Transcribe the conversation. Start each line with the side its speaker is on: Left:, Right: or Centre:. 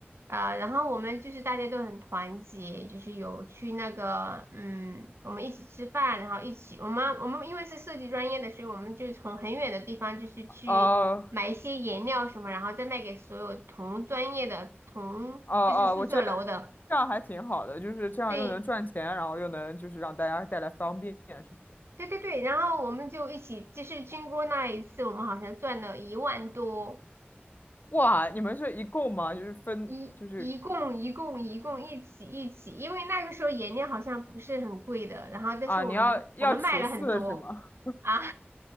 Right: 啊，然后我们就是大家都很团结，就是有去那个，嗯，我们一起吃饭，然后一起，我们我们因为是设计专业的，所以我们就从很远的地方就是去买一些颜料什么，
Left: 呃，
Right: 然后再卖给所有同专业的同就是宿舍楼的，
Left: 呃呃，我觉得这样还挺好的，就是这样又能赚钱，
Right: 对
Left: 然后又能就是让大家带来方便什么的。
Right: 对对对，然后我们就一起，就是经过那一次，我们好像赚了一万多。
Left: 哇，你们是一共吗？就是分，
Right: 一一共一共一共一起一起，
Left: 就是
Right: 因为那个时候颜料好像不是很贵的，然后但是我们我们卖了很多啊
Left: 啊，你要要除四是吗？